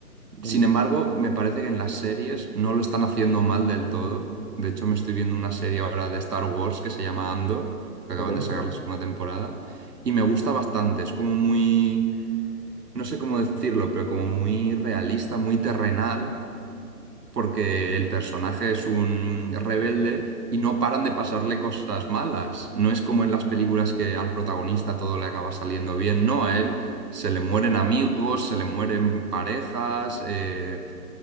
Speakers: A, on the right (about 50°); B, on the right (about 80°).
A: Mm,
B: Sin embargo, me parece que en las series no lo están haciendo mal del todo.
A: mm,
B: De hecho, me estoy viendo una serie ahora de Star Wars que se llama Andor, que acaban
A: Ok.
B: de sacar la segunda temporada, y me gusta bastante. Es como muy, no sé cómo decirlo, pero como muy realista, muy terrenal, porque el personaje es un rebelde y no paran de pasarle cosas malas. No es como en las películas que al protagonista todo le acaba saliendo bien, no, a él se le mueren amigos, se le mueren parejas. eh,